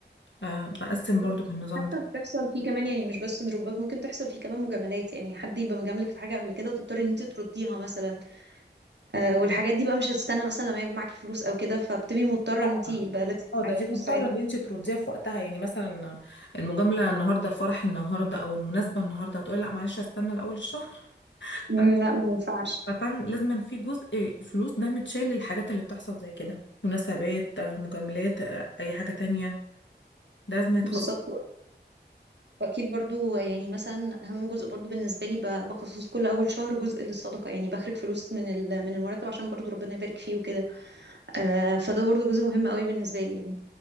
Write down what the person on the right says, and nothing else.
بالظبط.
حتى
بتحصل فيه كمان يعني مش بس دروبات ممكن تحصل فيه كمان مجاملات يعني حد يبقى مجاملك في حاجه قبل كده وتضطري ان انت ترديها مثلا آه والحاجات دي بقى مش هتستنى مثلا لما يبقى معاكي فلوس او كده فبتبقي مضطره
ان انت يبقى لازم
معاكي
فلوس
ساعتها
مم،
لا ما ينفعش
بالظبط واكيد برضو يعني مثلا اهم جزء برضو بالنسبه لي ب- بخصص كل اول شهر جزء للصدقه يعني بخرج فلوس من ال- من المرتب عشان برضو ربنا يبارك فيه وكده آه فده برضو جزء مهم قوي بالنسبه لي يعني